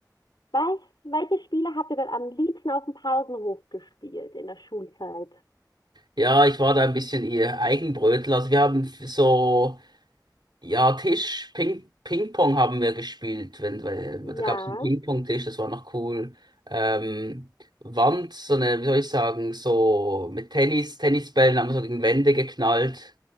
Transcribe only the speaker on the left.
Was, welche Spiele habt ihr denn am liebsten auf dem Pausenhof gespielt in der Schulzeit?
Ja.